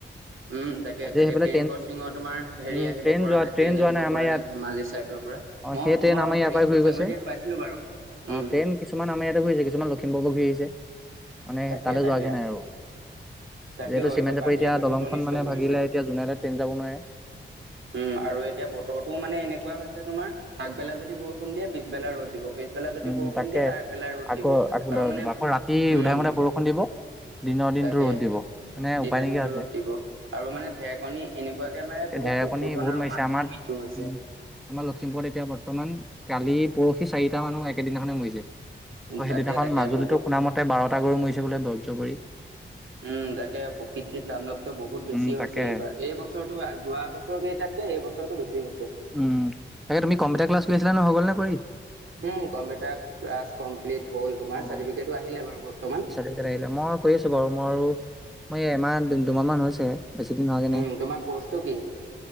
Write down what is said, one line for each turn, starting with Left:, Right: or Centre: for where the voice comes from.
Right: উম। তাকে
Centre: আজি
Right: তাকে
Centre: সেইফালে
Right: ট্ৰেইন ক্ৰচিং তোমাৰ হেৰি
Centre: উম
Right: আহিব
Centre: ট্ৰেইন
Right: পৰা
Centre: যোৱা
Right: নাই, ট্ৰেইন
Centre: যোৱা
Right: আহিব
Centre: আমাৰ
Right: পৰা
Centre: ইয়াত
Right: নাই। ধেমাজি চাইদৰ পৰা।
Centre: অ
Right: মই
Centre: সেই ট্ৰেইন
Right: মই
Centre: আমাৰ ইয়াৰ পৰাই ঘূৰি
Right: চ
Centre: গৈছে
Right: য়াত পাইছিলো বাৰু। উম
Centre: অ ট্ৰেইন কিছুমান আমাৰ ইয়াতে ঘূৰিছে, কিছুমান লখিমপুৰৰ পৰা ঘূৰি আহিছে। মানে
Right: তাকে
Centre: তালৈ
Right: তাকে
Centre: যোৱাগে নাই আৰু।
Right: তাকেও
Centre: যিহেতু চিমেণ্ট
Right: এইবাৰ
Centre: চাপাৰি
Right: পানীয়ে
Centre: এতিয়া
Right: বহুত
Centre: দলংখন
Right: অনিষ্ট
Centre: মানে
Right: কৰিছে
Centre: ভাগিলে, এতিয়া যোনেলে টেইন যাব নোৱাৰে।
Right: উম আৰু এতিয়া বতৰটোও মানে এনেকুৱা হৈছে তোমাৰ আগবেলা যদি বৰষুণ দিয়ে পিছবেলা ৰ'দ দিব। পিছবেলা যদি
Centre: উম
Right: বৰষুণ
Centre: তাকে
Right: দিয়ে তাৰ আগবেলাই ৰ'দ
Centre: আকৌ
Right: দিব।
Centre: আগবেলা
Right: আৰু মানে
Centre: দিব আকৌ ৰাতি
Right: উম।
Centre: উধাই মুধাই বৰষুণ দিব দিনৰ দিনটো
Right: তাকে
Centre: ৰ'দ দিব মানে
Right: দিনৰ
Centre: উপায় নাইকিয়া
Right: দিনতটো ৰ'দ দিব আৰু মানে ঢেৰেকণী এনেকুৱাকে মাৰে বহুত
Centre: ঢেৰেকনি
Right: পশুধন
Centre: বহুত
Right: আৰু
Centre: মাৰিছে।
Right: মানুহৰো
Centre: আমাৰ উম।
Right: মৃত্যু হৈছে
Centre: আমাৰ লখিমপুৰত এতিয়া বৰ্তমান কালি পৰহি চাৰিটা মানো একেদিনাখনে মৰিছে আকৌ
Right: তাকে
Centre: সেইদিনাখন
Right: তাকে
Centre: মাজুলীতো
Right: বহুত
Centre: শুন মতে বাৰটা গৰু মৰিছে বোলে বৰ্জ্য পৰি।
Right: উম। তাকে প্ৰকৃতিৰ তাণ্ডৱটো বহুত বেছি
Centre: উম তাকেহে।
Right: হৈছে এইবাৰ। এই বছ বছ যোৱা বছৰ কেইটাতকে এই বছৰটো বেছি হৈ
Centre: উম। তাকে তুমি কম্পিউটাৰ ক্লাছ কৰিছিলা ন হৈ গ'ল নে কৰি?
Right: উম। কম্পিউটাৰ ক্লাছ কমপ্লিট হ'ল তোমাৰ
Centre: অ'।
Right: চাৰ্টিফিক আহিলে বাৰু বৰ্তমান।
Centre: চাৰ্টিফিকেট আহিলে মই কৰি আছো বাৰু মই মই এমাহ দুমাহ মান হৈছে। বেছি দিন হোৱাগৈ নাই
Right: উম তোমাৰ কৰ্চটো কি